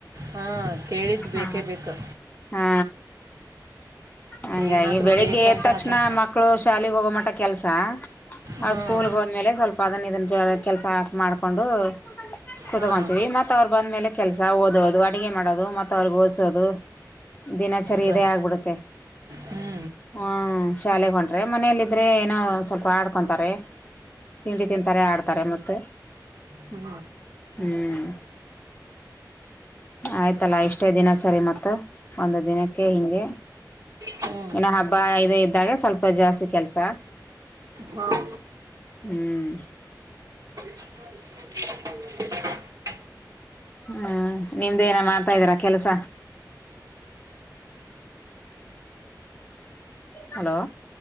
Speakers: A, on the right; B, on the left.
A: ಹಾಂ ಕೇಳಿದ್ದು
B: ಹ
A: ಬೇಕೇ ಬೇಕು
B: ಹಾ. ಹಂಗಾಗಿ
A: ಏನಾದರೂ
B: ಬೆಳಿಗ್ಗೆ
A: ಬೇಕು
B: ಎದ
A: ಅಂತ
B: ತಕ್ಷಣ
A: ಹಠ
B: ಮಕ್ಕಳು ಶಾಲೆಗೆ ಹೋಗೋ ಮಟಕ್ಕೆ. ಕೆಲ್ಸ.
A: ಹಾಂ
B: ಆ್ ಸ್ಕೂಲ್ ಹೋದ್ಮೇಲೆ ಸ್ವಲ್ಪ ಅದನ್ನ ಇದನ್ ಕೆಲ್ಸಾ ಮಾಡ್ಕೊಂಡು ಕೂತುಗೊನ್ತೀವಿ
A: ಹಾಂ
B: ಮತ್ತತ್ ಅವ್ರು ಬಂದ್ಮೇಲೆ ಕೆಲ್ಸ ಓದೋದು ಅಡಗೆ ಮಾಡೋದು ಮತ್ತತ್ ಅವ್ರಗ್ ಓದಸೋದು. ದಿನಾಚರಿ
A: ಬ
B: ಇದೇ ಆಗ್ಬಿಡುತ್ತೆ
A: ಹ್ಞೂ
B: ಹ್ಮ ಶಾಲೆಗೆಗ್ ಹೊೊಂಡ್ರೆ ಮನೇೆಯಲ್ಲಿ. ಮೆ ಏನೋ ಸ್ವಲ್ಪ ಆಡ್ಕೊಂತಾರೆ ತಿಂಡಿ ತಿಂತಾರೆ ಆಡ್ತಾರೆ ಮತ್ತ.
A: ಹ್ಞೂ
B: ಹ್ಮ್. ಆಯ್ತಲ್ಲ ಇಷ್ಟೇ ದಿನಚರಿ ಮತ್ತ ಒಂದು ದ. ಹಿಂಗೆ
A: ಹ್ಞೂ
B: ಇನ್ನು ಹಬ್ಬ ಇದು ಇದ್ದಾಗ ಸ್ವಲ್ಪ ಜಾಸ್ತಿ ಕೆಲ್ಸ. ಹ್ಮ್..
A: ಹಾಂ <inaudible>
B: ಹ್ಮ್ ನಿಮ್ದ ಏನ ಮಾಡ್ತಾದೀರಾ ಕೆಲಸ. ಹಲೋ